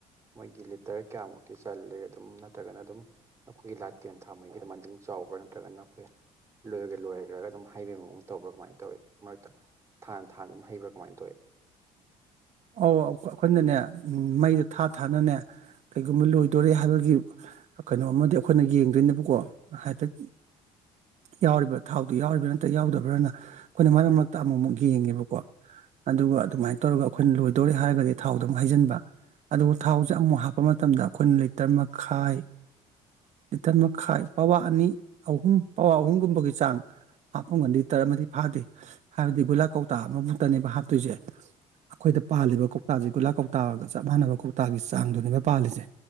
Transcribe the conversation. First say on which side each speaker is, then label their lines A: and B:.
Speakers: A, on the right; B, on the right.
A: ꯃꯣꯏꯒꯤ ꯂꯤꯇꯔ ꯀꯌꯥꯃꯨꯛꯇꯤ ꯆꯜꯂꯦ ꯑꯗꯨꯝ ꯅꯠꯇ꯭ꯔꯒꯅ ꯑꯗꯨꯝ ꯑꯩꯈꯣꯏꯒꯤ ꯂꯥꯇꯦꯟ ꯊꯥꯃꯩꯒꯤ ꯑꯗꯨꯃꯥꯏꯟꯗꯪ ꯆꯥꯎꯕ꯭ꯔꯥ ꯅꯠꯇ꯭ꯔꯒꯅ ꯑꯩꯈꯣꯏ ꯂꯣꯏꯒꯤ ꯂꯣꯏꯔꯈ꯭ꯔꯒ ꯑꯗꯨꯝ ꯍꯥꯏꯕꯩ ꯃꯑꯣꯡꯗ ꯇꯧꯕ꯭ꯔꯥ ꯀꯃꯥꯏꯅ ꯇꯧꯋꯤ ꯃꯔꯛꯇ ꯊꯥꯟ ꯊꯥꯟꯅ ꯑꯗꯨꯝ ꯍꯩꯕ꯭ꯔꯥ ꯀꯃꯥꯏ ꯇꯧꯏ꯫
B: ꯑꯧ ꯑꯈꯣ-ꯑꯈꯣꯏꯅꯅꯦ ꯎꯝ ꯃꯩꯗꯣ ꯊꯥ ꯊꯥꯅꯅꯦ ꯀꯩꯒꯨꯝꯕ ꯂꯣꯏꯗꯣꯔꯦ ꯍꯥꯏꯕꯒꯤ ꯀꯩꯅꯣ ꯑꯃꯗꯤ ꯑꯩꯈꯣꯏꯅ ꯌꯦꯡꯗꯣꯏꯅꯦꯕꯀꯣ ꯍꯥꯏꯐꯦꯠ ꯌꯥꯎꯔꯤꯕ꯭ꯔꯥ ꯊꯥꯎꯗꯣ ꯌꯥꯎꯔꯤꯕ꯭ꯔꯥ ꯅꯠꯇ꯭ꯔ ꯌꯥꯎꯗꯕ꯭ꯔꯅ ꯑꯩꯈꯣꯏꯅ ꯃꯔꯛ ꯃꯔꯛꯇ ꯑꯃꯨꯛ ꯑꯃꯨꯛ ꯌꯦꯡꯉꯦꯕꯀꯣ꯫ ꯑꯗꯨꯒ ꯑꯗꯨꯃꯥꯏꯅ ꯇꯧꯔꯒ ꯑꯩꯈꯣꯏꯅ ꯂꯣꯏꯗꯧꯔꯦ ꯍꯥꯏꯔꯒꯗꯤ ꯊꯥꯎꯗꯨ ꯑꯃꯨꯛ ꯍꯩꯖꯤꯟꯕ꯫ ꯑꯗꯨꯒ ꯊꯥꯎꯁꯦ ꯑꯃꯨꯃꯨꯛ ꯍꯥꯞꯄ ꯃꯇꯝꯗ ꯑꯩꯈꯣꯏꯅ ꯂꯤꯇꯔ ꯃꯈꯥꯏ ꯂꯤꯇꯔ ꯃꯈꯥꯏ ꯄꯋꯥ ꯑꯅꯤ ꯑꯍꯨꯝ ꯄꯋꯥ ꯑꯍꯨꯝꯒꯨꯝꯕꯒꯤ ꯆꯥꯡ ꯍꯥꯞꯄꯝꯒꯅꯤ ꯂꯤꯇꯔ ꯑꯃꯗꯤ ꯐꯥꯗꯦ ꯍꯥꯏꯕꯗꯤ ꯒꯨꯂꯥ ꯀꯧꯇꯥ ꯑꯃꯃꯨꯛꯇꯅꯦꯕ ꯍꯥꯞꯇꯣꯏꯁꯦ꯫ ꯑꯩꯈꯣꯏꯗ ꯄꯥꯜꯂꯤꯕ ꯀꯧꯇꯥꯁꯦ ꯒꯨꯂꯥ ꯀꯧꯇꯥꯒ ꯆꯞ ꯃꯥꯟꯅꯕ ꯀꯧꯇꯥꯒꯤ ꯆꯥꯡꯗꯨꯅꯦꯕ ꯄꯥꯜꯂꯤꯁꯦ꯫